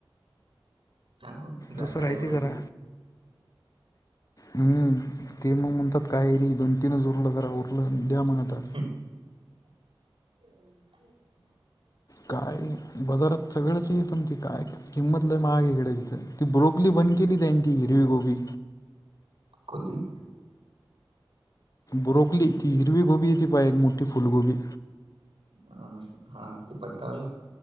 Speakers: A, on the right; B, on the left.
A: जायचा
B: तसं
A: टाम राहते.
B: जरा हम्म ते मग म्हणतात कायरी दोन तीनच उरलं जरा उरलं द्या मग आता.
A: <unintelligible> <unintelligible>
B: काय बाजारात सगळंच ये पण त काय किंमत लय माहाग इकडे तिथं ती ब्रोपली बंद केली त्याची हिरवी गोबी.
A: कधी.
B: ब्रोकली ती हिरवी गोबी येते पाहा एक मोठी फुलगोबी.
A: अ हा ते पत्तावालं